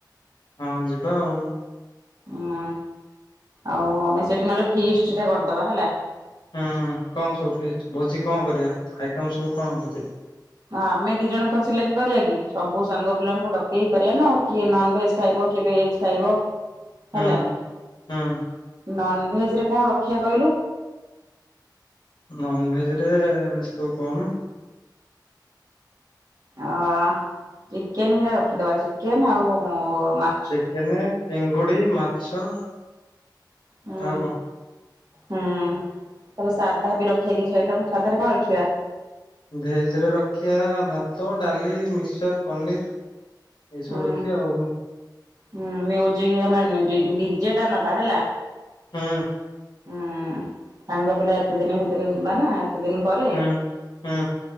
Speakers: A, on the left; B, on the right.
A: ହଁ ଯିବା ଆଉ।
B: ହୁଁ ଆଉ ଆମେ ସେଠି ନହେଲେ ଫିଷ୍ଟଟା କରିଦବା ହେଲା।
A: ହୁଁ କଣ ସବୁ ଫିଷ୍ଟ ଭୋଜି କଣ କରିବା ଆଇଟମ୍ ସବୁ କଣ ଭୋଜିରେ?
B: ମା ଆମେ ଦି ଜଣଙ୍କ କଁ ସିଲେକ୍ଟ କରିବାକି ସବୁ ସାଙ୍ଗ ପିଲାଙ୍କୁ ଡକେଇକି କରିବାନା ଆଉ କିଏ ନନ୍ ଭେଜ୍ ଖାଇବ କିଏ ଭେଜ୍ ଖାଇବ ହେଲା
A: ହୁଁ ହୁଁ।
B: ନନଭେଜରେ କଁ ରଖିବା କହିଲୁ।
A: ନନ୍ ଭେଜରେ ତୁ କହୁନୁ?
B: ଆ ଚିକେନ୍ ହରା ରଖିଦବା ଚିକେନ୍ ଆଉ ମା
A: ଚିକେନ୍, ଚିଙ୍ଗୁଡ଼ି ମାଛ
B: ହୁଁ
A: ଆଉ କଁ?
B: ହୁଁ ତାପରେ ସାଧା ବି ରଖିବା କିଛି ଆଇଟମ୍। ସାଧାରେ କଣ ରଖିବା?
A: ଭେଜ ରେ ରଖିଆ ଭାତ ଡାଲି ମିକ୍ସଚର ପନିର। ଏଇସବୁ
B: ହୁଁ
A: ରଖିବା ଆଉ।
B: ହୁଁ ମୀଉଜିକ ନେବା କେମିତି? ଡିଜେ ଟା ନବା ହେଲା।
A: ହୁଁ।
B: ହୁଁ ସାଙ୍ଗ ପିଲା ଏତେ ଦିନ ଭିତରେ ଯିବା ନା ଏତେ ଦିନ ପରେ
A: ହୁଁ ହୁଁ